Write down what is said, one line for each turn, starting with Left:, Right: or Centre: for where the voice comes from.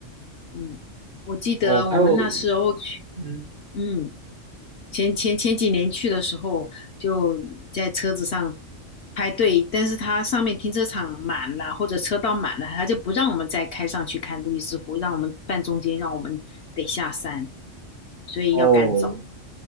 Left: 嗯，我记得我们那时候去，
Right: 哦，还有，嗯，
Left: 嗯。前前前几年去的时候，就在车子上排队，但是它上面停车场满了，或者车道满了，它就不让我们再开上去看路易斯湖，让我们半中间，让我们得下山，所以要赶早。
Right: 哦，